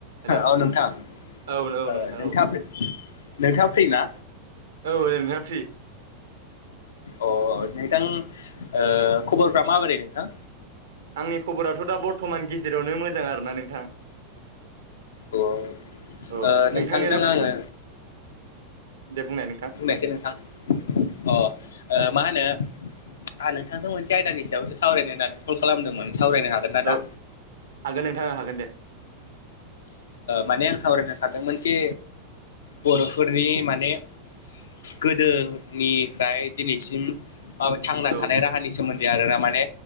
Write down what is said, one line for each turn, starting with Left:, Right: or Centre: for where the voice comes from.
Right: Hello
Left: औ नोंथां ओ
Right: औ औ नोंथां
Left: नोंथाङा
Right: औ
Left: नोंथाङा फ्रि ना?
Right: औ नोंथां फ्रि
Left: अ नोंथां ओ खबरफ माबोरै नोंथां?
Right: आंनि खबराथ' दा बर्थमान गेजेरावनो मोजां आरोना नोंथां।
Left: औ
Right: औ
Left: ओ नोंथांजों
Right: नोंथांनियालाय
Left: आङो
Right: दे बुंनाय नोंथां।
Left: नोंथां मा होनो आं नोंथांजों मोनसे आयदानि सायावसो सावरायनो होन कल खालामदोंमोन सावरायनो हागोन ना
Right: औ
Left: दा?
Right: हागोन नोंथां हागोन दे
Left: माने आं सावरायनो सानदोंमोन कि बर'फोरनि माने गोदोनिफ्राय दिनैसिम थांना
Right: औ
Left: थानाय राहानि सोमोन्दै आरोा माने